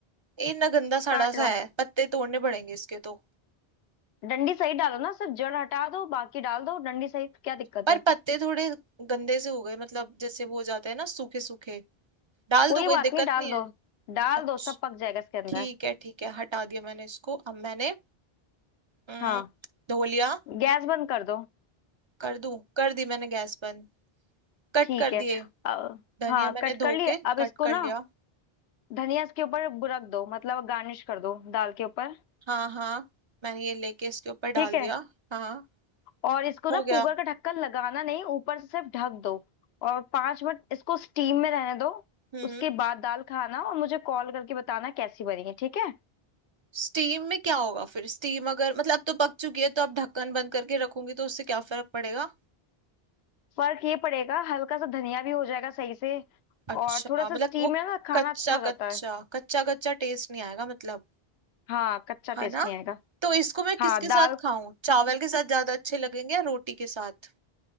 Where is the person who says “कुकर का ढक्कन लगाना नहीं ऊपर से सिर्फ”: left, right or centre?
Left